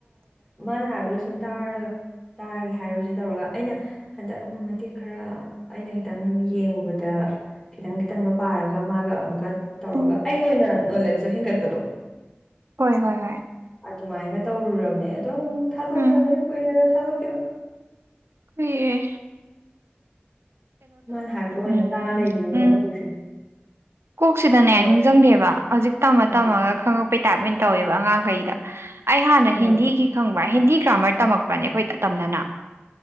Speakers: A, on the left; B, on the right.
A: ꯅ ꯍꯥꯏꯕꯗꯣ ꯁꯨꯝ ꯇꯥꯔꯒ ꯇꯥꯔꯒꯦ ꯍꯥꯏꯔꯨꯁꯦ ꯇꯧꯔꯒ ꯑꯩꯅ ꯍꯟꯗꯛ ꯑꯃ ꯃꯇꯦꯛ ꯈꯔ ꯑꯩꯅ ꯈꯤꯇꯪ ꯌꯦꯡꯉꯨꯕꯗ ꯈꯤꯇꯪ ꯈꯤꯇꯪꯒ ꯄꯥꯔꯒ ꯃꯥꯒ ꯑꯃꯨꯛꯀ ꯇꯧꯔꯒ
B: ꯎꯝ
A: ꯑꯩꯒꯤ ꯑꯣꯏꯅ ꯅꯣꯂꯦꯖꯁꯨ ꯍꯦꯟꯒꯠꯄꯗꯣ
B: ꯍꯣꯏ ꯍꯣꯏ ꯍꯣꯏ
A: ꯑꯗꯨꯃꯥꯏꯅꯒ ꯇꯧꯔꯨꯔꯕ ꯅꯦ ꯑꯗꯣ ꯑꯃꯨꯛ ꯊꯥꯗꯣꯛꯈ꯭ꯔꯃꯤꯅ
B: ꯎꯝ
A: ꯀꯨꯏꯔꯦꯗ ꯊꯥꯗꯣꯛꯈꯤꯕ
B: ꯑꯦ
A: ꯏꯃꯅ ꯍꯥꯏꯕꯗꯣ ꯑꯣꯏꯅ
B: ꯎꯝ
A: ꯇꯥꯔ ꯂꯩꯕꯤꯅꯤꯉꯣ
B: ꯎꯝ
A: ꯍꯧꯖꯤꯛꯁꯦ
B: ꯀꯣꯛꯁꯤꯗꯅꯦ
A: ꯑꯩ
B: ꯅꯤꯡꯒꯪꯗꯦꯕ ꯍꯧꯖꯤꯛ ꯇꯝꯃ
A: ꯎꯝ
B: ꯇꯝꯃꯒ ꯈꯪꯉꯛꯄ ꯇꯥꯏꯞ ꯑꯣꯏꯅ ꯇꯧꯋꯦꯕ ꯑꯉꯥꯡꯈꯩꯗ ꯑꯩ ꯍꯥꯟꯅ
A: ꯍꯣꯏ
B: ꯍꯤꯟꯗꯤꯒꯤ ꯈꯪꯕ ꯍꯤꯟꯗꯤ ꯒ꯭ꯔꯥꯃꯔ ꯇꯝꯃꯛꯄꯅꯦ ꯑꯩꯈꯣꯏ ꯇꯇꯝꯅꯅ